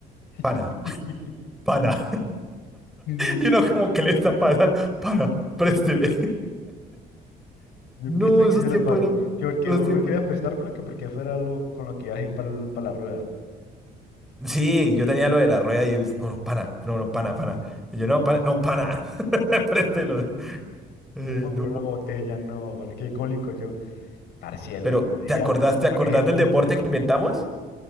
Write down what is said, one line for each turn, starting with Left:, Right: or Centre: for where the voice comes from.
Centre: pana,
Left: <laughs>
Centre: <laughs> pana.
Left: Mm,
Centre: Y uno como, ¿qué le está pasando? Pana, présteme.
Left: Yo
Centre: No,
Left: préstame
Centre: esos
Left: que yo
Centre: tiempos
Left: le pago.
Centre: eran,
Left: Que porque
Centre: esos
Left: vos
Centre: tiempos
Left: no querías
Centre: eran
Left: prestármelo,
Centre: buenísimos.
Left: que porque fuera lo con lo que ibas a ir para la rueda.
Centre: Sí, yo tenía lo de la rueda y es, no, no, pana, no, no, pana, pana. Y yo, no, pana, no, pana, <laughs> préstelo. Ay,
Left: Y yo para comprar
Centre: no.
Left: una botella, no, van qué cólico yo. Parce, el
Centre: Pero,
Left: otro día
Centre: ¿te acordás, te acordás
Left: con ese tufo.
Centre: del deporte que inventamos?